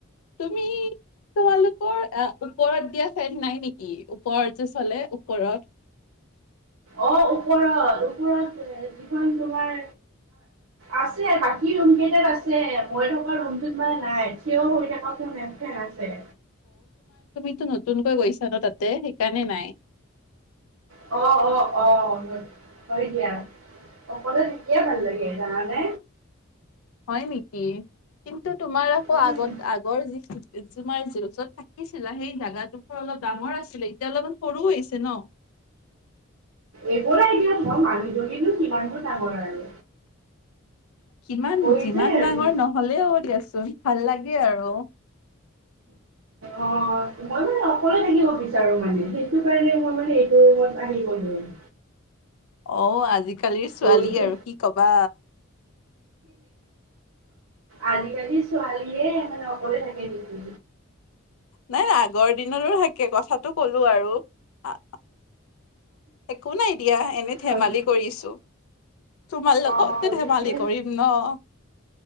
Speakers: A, on the left; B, on the right.
A: তুমি? তোমালোকৰ ওপৰত দিয়া ফেন নাই নেকি ওপৰত যে চলে ওপৰত
B: অ ওপৰত ওপৰত যিখন তোমাৰ আছে বাকী ৰুম কেইটাত আছে মই থকা ৰুমটোত মানে নাই থিয়ও হৈ থকা কোন একঠেন আছে।
A: টো নতুনকৈ গৈছা ন তাতে সেইকাৰণে নাই।
B: অ অ অ হয় দিয়া। অকলে যেতিয়া ভাল লাগে জানানে।
A: হয় নেকি? কিন্তু তোমাৰ আকৌ
B: উম
A: আগত আগৰ যি তুমাৰ য যত থাকিছিলা সেই জাগাটো অলপ ডাঙৰ আছিলে এতিয়া অলপমান সৰু হৈছে ন।
B: একো নাই দিয়ক মই মানুহজনী কিমাননো ডাঙৰ আৰু।
A: সিমান
B: হৈ
A: যিমান
B: যে
A: ডাঙৰ
B: ৰুম
A: নহলেও দিয়াচোন ভাল লাগে আৰু।
B: অ মই মানে অকলে থাকিব বিচাৰো মানে, সেইটো কাৰণে মই মানে এইটো ৰুমত আহি গলো। উম
A: অ আজিকালিৰ ছোৱালী
B: ৰুমটো
A: আৰু কি কবা।
B: আজিকালি ছোৱালীহে মানে অকলে থাকে নেকি?
A: নাই -নাই আগৰ দিনৰো সেই একে কথাটো কলো আৰু <inaudible> একো নাই দিয়া এনে
B: হয়
A: ধেমালি কৰিছো। তোমাৰ লগতে
B: অ'
A: ধেমালি
B: ঠিকে
A: কৰিম ন'?